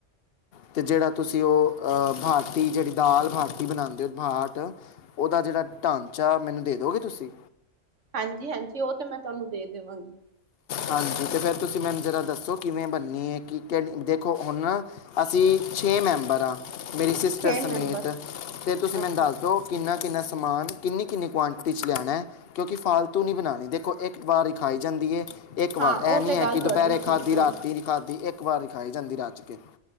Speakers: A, on the left (about 55°); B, on the right (about 70°).
A: ਅਤੇ ਜਿਹੜਾ ਤੁਸੀਂ ਉਹ ਭਅਤੀ ਜਿਹੜੀ ਦਾਲ ਭਾਤੀ ਬਣਾਦੇ ਹੋ ਭਾਟੀ ਉਹਦਾ ਜਿਹੜਾ ਢਾਂਚਾ ਮੈਨੂੰ, ਦੇ ਦੋਗੇ ਤੁਸੀਂ
B: ਹਾਂਜੀ ਹਾਂਜੀ ਉਹ ਤੇ ਮੈਂ ਤੁਹਾਨੂੰ ਦੇ ਦੇਵਾਂਗੀ,
A: ਹਾਂਜੀ ਅਤੇ ਫਿਰ ਤੁਸੀਂ ਮੈਨੂੰ ਜ਼ਰਾ ਦੱਸੋ ਕਿਵੇਂ ਬਣਨੀ ਹੈ ਕਿ ਕ ਦੇਖੋ ਹੁਣ ਅਸੀਂ ਛੇ ਮੈਂਬਰ ਹਾਂ, ਮੇਰੀ ਸਿਸਟਰ
B: ਛੇ
A: ਸਮੇਤ
B: ਮੈਂਬਰ
A: ਤੇ ਤੁਸੀਂ ਮੈਨੂੰ
B: ਅੱਛਾ
A: ਦੱਸ
B: ਅੱਛਾ
A: ਦਿਓ ਕਿੰਨਾ ਕਿੰਨਾ, ਸਮਾਨ ਕਿੰਨੀ ਕਿੰਨੀ ਕੁਆਂਟਿਟੀ 'ਚ ਲਿਆਣਾ ਹੈ ਕਿਉਂਕਿ ਫਾਲਤੂ ਨਹੀਂ ਬਣਾਣੀ ਦੇਖੋ ਇੱਕ ਵਾਰ ਹੀ ਖਾਈ ਜਾਂਦੀ ਹੈ। ਇੱਕ ਵਾਰ
B: ਹਾਂ
A: ਇਹ
B: ਉਹ
A: ਨੀ
B: ਤੇ
A: ਹੈ
B: ਗੱਲ
A: ਕਿ ਦੁਪਹਿਰੇ
B: ਤੁਹਾਡੀ ਠੀਕ
A: ਖਾਧੀ
B: ਹੈ।
A: ਰਾਤੀ ਨੀ ਖਾਧੀ ਇੱਕ ਵਾਰ ਖਾਈ ਜਾਂਦੀ ਰਜ ਕੇ,